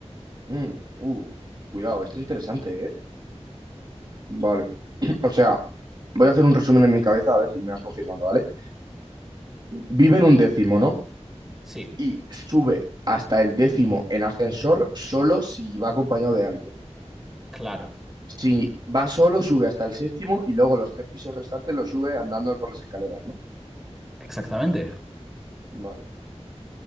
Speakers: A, on the right; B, in the centre.
A: Mm, uh, cuidado, esto es interesante, ¿eh? Vale. <clears throat> O sea, voy a hacer un resumen en mi cabeza a ver si me vas confirmando, ¿vale? vive en un décimo, ¿no?
B: Sí,
A: Y sube hasta el décimo en ascensor solo si va acompañado de alguien.
B: claro.
A: Si va solo, sube hasta el séptimo y luego los tres pisos restantes los sube andando por las escaleras, ¿no?
B: Exactamente.
A: Vale.